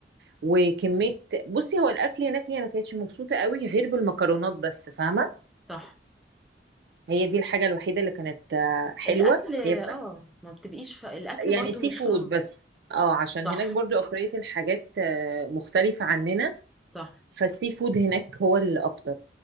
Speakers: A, on the right; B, in the centre.
A: وكمية بصي هو الأكل هناك هي ما كانتش مبسوطة قوي غير بالمكرونات بس فاهمة
B: صح
A: هي دي الحاجة الوحيدة اللي كانت آه، حلوة
B: الاكل
A: هي بس
B: اه ما بتبقيش ف... الاكل برضو
A: يعني سي
B: مش
A: فود
B: اه
A: بس اه عشان
B: صح
A: هناك برضو أكترية الحاجات آه، مختلفة عننا
B: صح
A: فالسي فود هناك هو الأكتر